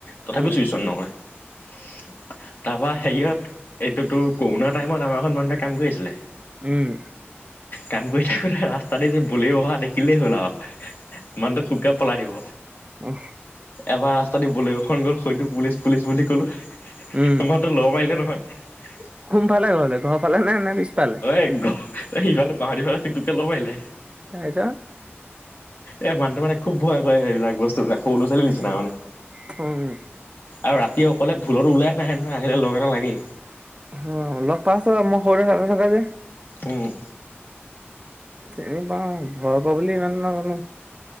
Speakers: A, on the left; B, on the right.
A: তথাপিও
B: উম,
A: চুইচ অন নকৰে। তাৰপৰা সেৰিয়ত এইটো তোৰ কৰোণা টাইমত আমাৰ ঘৰত মানুহটোয়ে কাম কৰি আছিলে।
B: উম।
A: কাম কৰি থাকোতে ৰাস্তাতে যে বলেৰু অহা দেখিলেই হ'ল আৰু মানুহটোৱে শুককে পলাই দিব।
B: অঁ।
A: এবাৰ ৰাস্তা দি বলেৰুখন গ'ল হয়তো পুলিচ- পুলিচ বুলি ক'লো মানু্হ
B: উম,
A: টো ল'ৰ মাৰিলে নহয়।
B: কোনফালে ঘৰলে, ঘৰ ফালে নে- নে পিছফালে?
A: এই ঘ সিফালে বাঁহনি ফালে তিক তোককে লৰ মাৰিলে।
B: কি কৈছ?
A: এই মানুহটো মানে খুব ভয় কৰে সেইবিলাক বস্তুবিলাক। সৰু ল'ৰা- ছোৱালী
B: উম,
A: নিচিনা মানে।
B: উম,
A: আৰু ৰাতি অকলে ভুলটো ওলাই নাহে, নহয়। আহিলে লগ এটা লাগেই।
B: অ, লগ পাইছ, মই সৰুতে থকা যে।
A: উম,
B: চিনি পাওঁ, ভয়‌ কৰে বুলি ইমানে নাজানো।